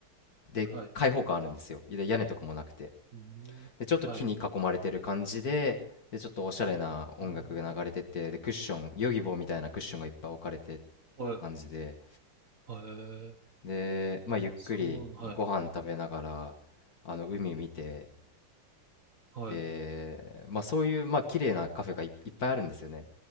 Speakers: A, on the left; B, on the right.
A: で開放感あるんですよで屋根とかもなくて
B: はい、うん、
A: でちょっと木に囲まれてる感じででちょっとおしゃれな音楽が流れててでクッションヨギボーみたいなクッションがいっぱい置かれてる
B: はい、うん、はい、
A: 感じで
B: はい、
A: でまあゆっくりご飯食べながらあの海見て
B: そう、はい、はい、
A: で、まあ、そういう、まあ、綺麗なカフェがい、いっぱいあるんですよね。